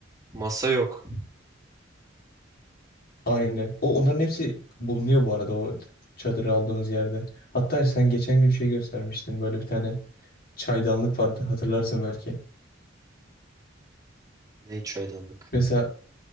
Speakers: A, on the right (about 20°); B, on the left (about 50°).
A: masa yok.
B: Aynen. O onların hepsi bulunuyor bu arada o çadırı aldığımız yerde. Hatta sen geçen gün şey göstermiştin. Böyle bir tane çaydanlık vardı. Hatırlarsın belki.
A: Ne çaydanlık?
B: Mesela